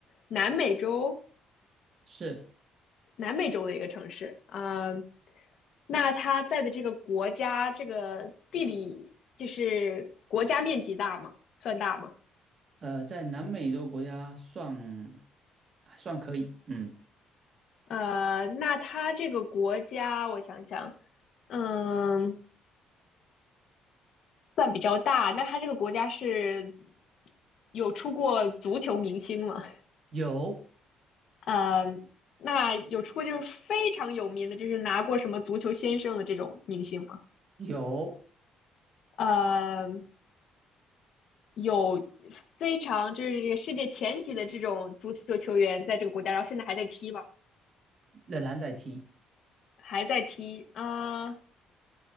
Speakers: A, on the left; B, on the right.
A: 南美洲，
B: 是
A: 南美洲的一个城市。呃，那它在的这个国家，这个地理就是国家面积大吗？算大吗？
B: 呃，在南美洲国家算还算可以，嗯，
A: 呃，那它这个国家，我想想，嗯，算比较大。那它这个国家是有出过足球明星吗？
B: 有
A: <laughs> 呃，那有出过就是非常有名的，就是拿过什么足球先生的这种明星吗？
B: 有，
A: 呃，有非常就是这个世界前几的这种足球球员在这个国家，然后现在还在踢吧，
B: 仍然在踢，
A: 还在踢。啊，